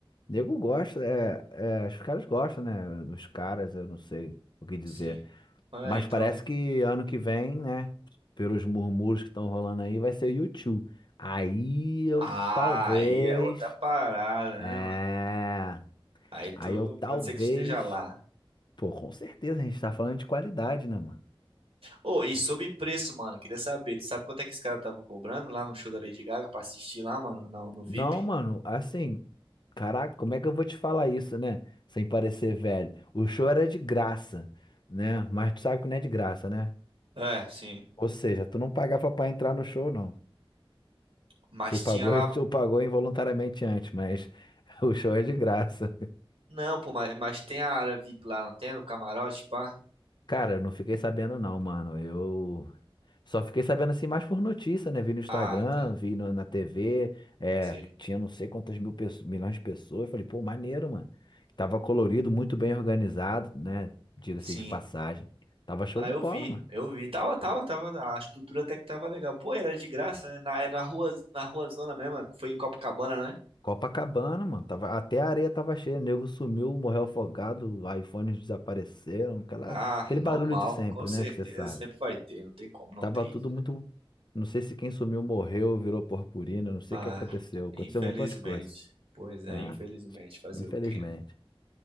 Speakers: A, on the left (about 50°); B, on the right (about 80°).
A: Nego gosta, é, é, os caras gostam, né? Dos caras, eu não sei o que dizer.
B: Sim. É,
A: Mas
B: então.
A: parece que ano que vem, né? Pelos murmúrios que estão rolando aí, vai ser o u Aí eu
B: Ah,
A: talvez.
B: aí é outra parada,
A: É.
B: né, mano? Aí tu
A: Aí eu talvez.
B: pode ser que esteja lá.
A: Pô, com certeza, a gente tá falando de qualidade, né, mano?
B: Ô, e sobre preço, mano, queria saber, tu sabe quanto é que esse cara tava cobrando lá no show da Lady Gaga pra assistir lá, mano, no, no VIP?
A: Não, mano, assim. Caraca, como é que eu vou te falar isso, né? Sem parecer velho. O show era de graça, né? Mas tu sabe que não é de graça, né?
B: É, sim.
A: Ou seja, tu não pagava pra entrar no show, não.
B: Mas
A: Tu pagou,
B: tinha lá.
A: <laughs> tu pagou involuntariamente antes, mas <laughs> o show é de graça.
B: Não, pô, mas, mas tem a área VIP lá, não tem? O camarote, pá?
A: Cara, eu não fiquei sabendo não, mano. Eu só fiquei sabendo assim mais por notícia, né? Vi no Instagram,
B: Ah, tá.
A: vi no- na TV, é,
B: Sei.
A: tinha não sei quantas mil pesso- milhões de pessoas. Falei, pô, maneiro, mano. Tava colorido, muito bem organizado, né? Diga-se
B: Sim.
A: de passagem. Tava show
B: Não,
A: de
B: eu
A: bola,
B: vi,
A: mano.
B: eu vi. Tava, tava, tava. A estrutura até que tava legal. Pô, era de graça, né? Na, é na rua, na rua Zona mesmo, foi em Copacabana, né?
A: Copacabana, mano. Tava, até a areia tava cheia. Nego sumiu, morreu afogado, iPhones desapareceram. Aquela,
B: Ah,
A: aquele
B: normal,
A: barulho de sempre,
B: com certeza,
A: né? Que você sabe.
B: sempre vai ter, não tem como não
A: Tava
B: ter
A: tudo
B: isso.
A: muito. Não sei se quem sumiu morreu, virou purpurina. Não sei
B: Ah,
A: o que aconteceu. Aconteceu
B: infelizmente.
A: um montão de coisa.
B: Pois é,
A: É,
B: infelizmente. Fazer
A: infelizmente.
B: o quê, né?